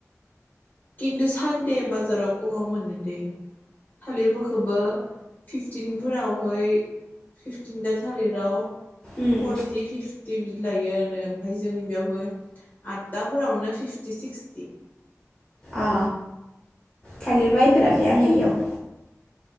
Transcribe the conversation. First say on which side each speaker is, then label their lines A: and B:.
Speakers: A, on the left; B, on the left.
A: खिन्थु सानदे बाजाराव खमाव मोनो दै थालिरफोरखौबो फिफटिनफोरावहै फिफटिन दा थालिराव
B: उम
A: फर्टि फिफटि बिदि लायो आरो ओमफ्राय जोंनि बेयावहाय आददाफोरावनो फिफ्टि सिक्सटि।
B: अ थालिर बायफेराखै आङो इयाव।